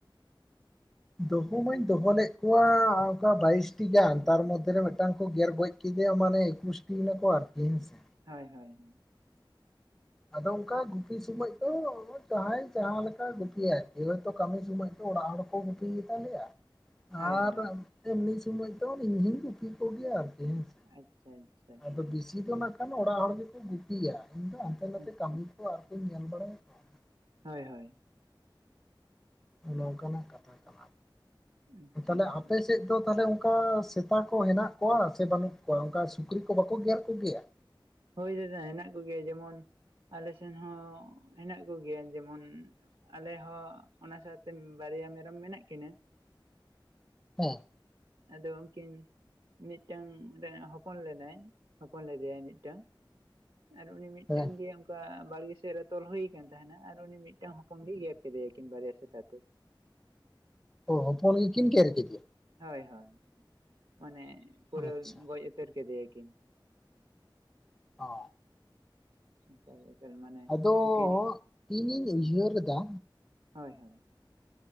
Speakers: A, in the centre; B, on the right.
A: ᱫᱚᱦᱚ ᱢᱟᱹᱧ ᱫᱚᱦᱚ ᱞᱮᱫ ᱠᱚᱣᱟ ᱚᱱᱠᱟ ᱵᱟᱭᱤᱥᱴᱤ ᱜᱟᱱ ᱛᱟᱨ ᱢᱚᱫᱫᱷᱮ ᱨᱮ ᱢᱤᱫᱴᱟᱝ ᱠᱚ ᱜᱮᱨ ᱜᱚᱡ ᱠᱮᱫᱮᱭᱟ ᱢᱟᱱᱮ ᱤᱠᱩᱥᱴᱤᱭ ᱱᱟ ᱠᱚ ᱟᱨᱠᱤ ᱦᱮᱸᱥᱮ᱾
B: ᱦᱳᱭ-ᱦᱳᱭ-ᱦᱳᱭ᱾
A: ᱟᱫᱚ ᱚᱱᱠᱟ ᱜᱩᱯᱤ ᱥᱚᱢᱚᱭ ᱫᱚ ᱡᱟᱦᱟᱸᱭ ᱡᱟᱦᱟᱸ ᱞᱮᱠᱟ ᱜᱩᱯᱤᱭᱟᱭ ᱠᱮᱭᱳ ᱛᱚ ᱠᱟᱹᱢᱤ ᱥᱚᱢᱚᱭ ᱫᱚ ᱚᱲᱟᱜ ᱦᱚᱲ ᱠᱚ ᱜᱩᱯᱤ ᱜᱮᱛᱟᱞᱮᱭᱟ᱾
B: ᱦᱳᱭ
A: ᱟᱨ
B: ᱦᱳᱭ
A: ᱮᱢᱱᱤ ᱥᱚᱢᱚᱭ ᱫᱚ ᱤᱧᱜᱤᱧ ᱜᱩᱯᱤ ᱠᱚᱜᱮᱭᱟ ᱟᱨᱠᱤ ᱦᱮᱸᱥᱮ᱾
B: ᱟᱪᱪᱷᱟ-ᱟᱪᱪᱷᱟ᱾
A: ᱟᱫᱚ ᱵᱤᱥᱤ ᱫᱚ ᱱᱟᱜ ᱠᱷᱟᱱ ᱚᱲᱟᱜ ᱦᱚᱲ ᱜᱮᱠᱚ ᱜᱩᱯᱤᱭᱟ ᱤᱧ ᱫᱚ ᱦᱟᱱᱛᱮ ᱱᱟᱛᱮ
B: ᱟᱪᱪᱷᱟ
A: ᱠᱟᱹᱢᱤ ᱠᱚ ᱟᱨᱠᱩᱧ ᱧᱮᱞ ᱵᱟᱲᱟᱭᱟ ᱵᱟᱥ ᱾
B: ᱦᱳᱭ-ᱦᱳᱭ᱾
A: ᱟᱵᱮ ᱚᱱᱚ ᱠᱟᱱᱟᱜ ᱠᱟᱛᱷᱟ ᱠᱟᱱᱟ,
B: ᱟᱪᱪᱷᱟ
A: ᱛᱟᱦᱞᱮ
B: ᱟᱪᱪᱷᱟ
A: ᱟᱯᱮ ᱥ ᱥᱮᱫ ᱫᱚ ᱛᱟᱦᱚᱞᱮ ᱚᱱᱠᱟ ᱥᱮᱛᱟ ᱠᱚ ᱦᱮᱱᱟᱜ ᱠᱚᱣᱟ ᱥᱮ ᱵᱟᱹᱱᱩᱜ ᱠᱚᱣᱟ ᱚᱱᱠᱟ ᱥᱩᱠᱨᱤ ᱠᱚ ᱵᱟᱠᱚ ᱜᱮᱨ ᱠᱚᱜᱮᱭᱟ?
B: ᱦᱳᱭ ᱫᱟᱫᱟ ᱦᱮᱱᱟᱜ ᱠᱚᱜᱮᱭᱟ ᱡᱮᱢᱚᱱ ᱟᱞᱮ ᱥᱮᱱ ᱦᱚᱸ ᱦᱮᱱᱟᱜ ᱠᱚᱜᱮᱭᱟ ᱡᱮᱢᱚᱱ ᱟᱞᱮ ᱦᱚᱸ ᱚᱱᱟ ᱥᱟᱶᱛᱮ ᱵᱟᱨᱭᱟ ᱢᱮᱨᱚᱢ ᱢᱮᱱᱟᱜ ᱠᱤᱱᱟᱹ᱾
A: ᱦᱮᱸ
B: ᱟᱫᱚ ᱩᱱᱠᱤᱱ ᱢᱤᱫᱴᱟᱝ ᱨᱮ ᱦᱚᱯᱚᱱ ᱞᱮᱱᱟᱭ ᱦᱚᱯᱚᱱ ᱞᱮᱫᱮᱭᱟ ᱢᱤᱫ ᱴᱟᱝ ᱟᱨ ᱩᱱᱤ ᱢᱤᱫᱴᱟᱝ
A: ᱦᱮᱸ
B: ᱜᱮ ᱚᱱᱠᱟ ᱵᱟᱲᱜᱮ ᱥᱮᱫ ᱨᱮ ᱛᱚᱞ ᱦᱩᱭᱠᱟᱱ ᱛᱟᱦᱮᱱᱟ ᱟᱨ ᱩᱱᱤ ᱢᱤᱫᱴᱟᱝ ᱦᱚᱯᱚᱱ ᱜᱮᱭ ᱜᱮᱨ ᱠᱮᱫᱮᱭᱟᱠᱤᱱ ᱵᱟᱨᱭᱟ ᱥᱮᱛᱟ ᱛᱮ᱾
A: ᱳ ᱦᱚᱯᱚᱱ ᱜᱮ ᱠᱤᱱ ᱠᱮᱨ ᱠᱤᱫᱤᱭᱟ᱾
B: ᱦᱳᱭ-ᱦᱳᱭ ᱢᱟᱱᱮ ᱯᱩᱨᱟᱹ
A: ᱟᱪᱪᱷᱟ
B: ᱜᱚᱡ ᱩᱛᱟᱹᱨ ᱠᱮᱫᱮᱭᱟ ᱠᱤᱱ᱾
A: ᱚ
B: ᱮᱠᱟᱞ ᱮᱠᱟᱞ ᱢᱟᱱᱮ,
A: ᱟᱫᱚ
B: ᱩᱱᱠᱤᱱ
A: ᱤᱧᱤᱧ ᱩᱭᱦᱟᱹᱨ ᱫᱟ
B: ᱦᱳᱭ-ᱦᱳᱭ᱾